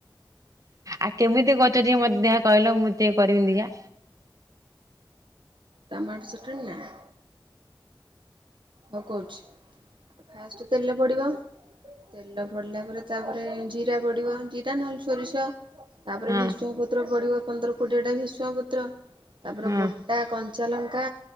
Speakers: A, on the right (about 40°); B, on the right (about 70°).
A: ଆଉ କେମିତି କରିଚ ଟିକେ ମତେ ଦେଖା କହିଲ ମୁଁ ଟିକିଏ କରିବି ଦେଖିଆ।
B: ଟମାଟ ଚଟଣି ନା? ହଁ କହୁଚି ଫାଷ୍ଟ ତେଲରେ ପଡିବ। ତେଲ ପଡିଲା ପରେ ତାପରେ ଜିରା ପଡିବ ଜିରା ନହେଲେ ସୋରିଷ। ତାପରେ
A: ହଁ
B: ଭେସୁଙ୍ଗା ପତ୍ର ପଡିବ ପନ୍ଦର କୋଡିଏ ଟା ଭେସୁଙ୍ଗା ପତ୍ର। ତାପରେ
A: ହଁ
B: ଗୋ ଟା କଞ୍ଚା ଲଙ୍କା